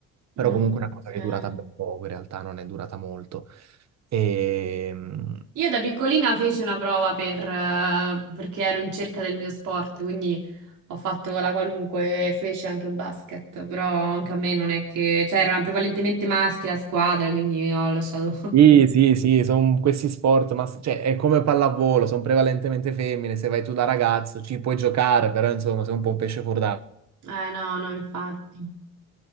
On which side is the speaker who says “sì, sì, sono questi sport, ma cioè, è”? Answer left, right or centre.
Right